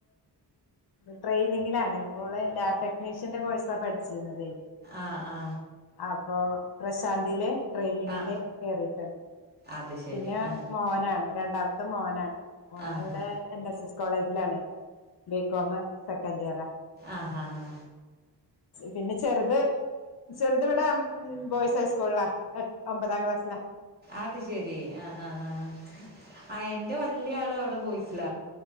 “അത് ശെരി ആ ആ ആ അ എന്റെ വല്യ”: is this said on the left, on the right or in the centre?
Right